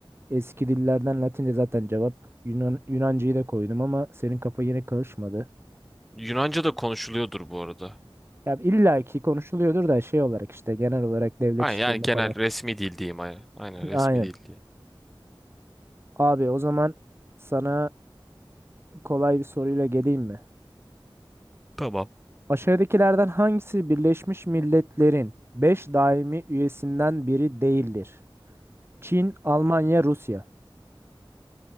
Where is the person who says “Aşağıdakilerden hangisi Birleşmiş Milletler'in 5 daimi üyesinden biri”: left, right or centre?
Right